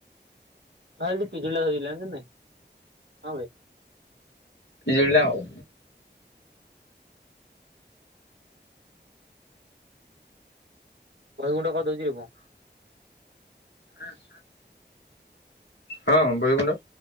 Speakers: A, on the right; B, on the left.
A: ଭାଇ ପିଜୁଳି ଟା ଧରିଲାଣି ଜାଣିଛୁ ନା ନାଇଁ ହଁ ବେ
B: ପଜୁଲି ଆଉ।
A: ବହ ଗୁଣ୍ଡ କରିଦଉଛି କଣ।
B: ହଁ ହଁ। ହଁ ବହିଗୁଣ୍ଡ।